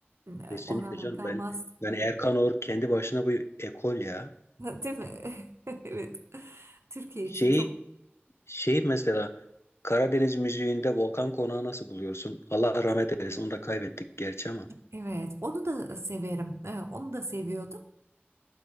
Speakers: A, on the right; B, on the left.
A: E,
B: Kesinlikle
A: Orhan
B: canım
A: Akalmaz
B: ben yani Erkan Oğur kendi başına bir ekol ya.
A: <laughs> değil mi? <laughs> Evet. Türkiye
B: Şeyi
A: için çok.
B: Şey mesela Karadeniz müziğinde Volkan Konağı nasıl buluyorsun? Allah rahmet
A: E,
B: eylesin. Onu da kaybettik gerçi ama.
A: Evet, onu da severim. E, Onu da seviyordum.